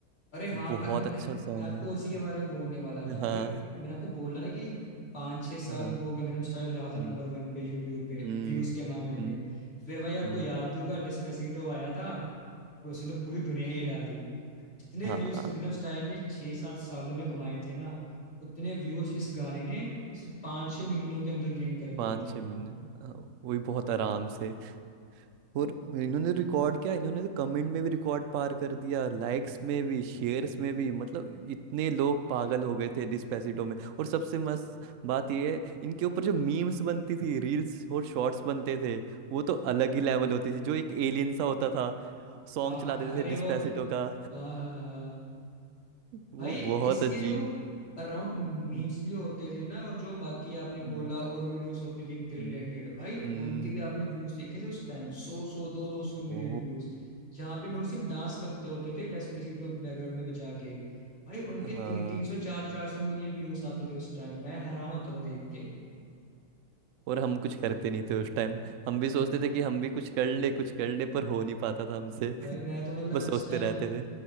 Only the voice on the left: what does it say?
अरे हाँ
मैं, मैं
मैं आपको
उसी के बारे में बोलने वाला था फिर
मैंने आपको बोला ना कि पाँच छः साल
वो गंगनम स्टाइल रहा था
नंबर वन पे यूट्यूब पे
व्यूज के मामले
में फिर भाई आपको
याद ही होगा डिस्पेसिटो आया था और उसने तो पूरी दुनिया ही हिला दी जितने
व्यूज गंगनम स्टाइल ने छः सात सालों में कमाए थे ना उतने व्यूज इस गाने ने सिर्फ पाँच छः महीनों के अंदर गेन कर लिए
थे
हाँ हाँ
हाँ,
अरे
वो
हाँ हाँ हाँ
भाई
इसके
जो अराउंड मीम्स
भी होते थे ना और जो बाकी आपने
बोला और वीडियोस होती थी इनके रिलेटेड
भाई
उनके भी आपने व्यूज देखे थे उस टाइम सौ सौ दो दो सौ मिलियन
व्यूज जहाँ पे लोग सिर्फ डांस करते होते थे डेस्पेसिटो बैकग्राउंड में बजा के भाई उनके
तीन तीन सौ चार चार सौ मिलियन व्यूज आते थे उस टाइम मैं हैरान होता था देख के <laughs>
हाँ,
भाई मैं
तो मतलब
उस
टाइम